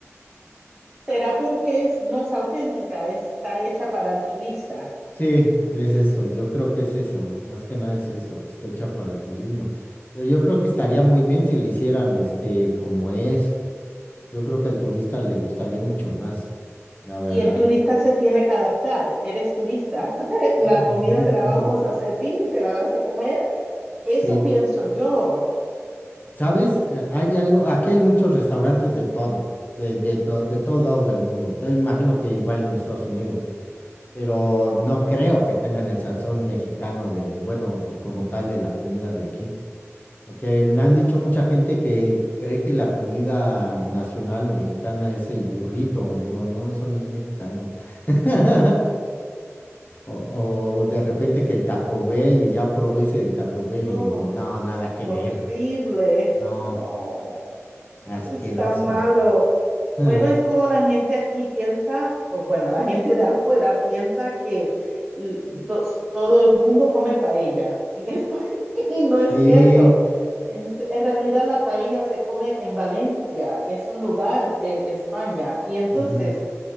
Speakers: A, on the right (about 20°); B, on the left (about 35°).
A: Será porque es- no es auténtica, está hecha para el turista
B: Sí, es eso, yo creo que es eso, más que nada es eso, que está hecha para el turismo. Pero yo creo que estaría muy bien si le hicieran este como es. Yo creo que al turista le gustaría mucho más, la verdad.
A: y el turista se tiene que adaptar. Eres turista, <laughs> la
B: Mm,
A: comida te la vamos
B: mm,
A: a servir y te la vas a comer. Eso
B: Sí,
A: pienso yo.
B: ¿sabes? Eh, Hay algo, aquí hay muchos restaurantes de todo, de, de, to- de todos lados del mundo. Te imagino que igual en Estados Unidos. pero no creo que tengan el sazón mexicano de, bueno, como tal de la comida de aquí. Porque me han dicho mucha gente que cree que la comida nacional o mexicana es el burrito. Le digo, no, eso no es mexicano. <laughs> O, o de repente que el Taco Bell y ya probé ese del Taco Bell
A: Oh,
B: y no, nada que
A: horrible.
B: ver. No,
A: No.
B: asqueroso.
A: Está malo.
B: <laughs>
A: Bueno, es como la gente aquí piensa, o bueno, la gente de afuera piensa que l- tos- todo el mundo come paella en España <laughs> y no
B: Sí.
A: es cierto. En, se- en realidad la paella se come en Valencia, es un lugar de España. Y entonces
B: ujú,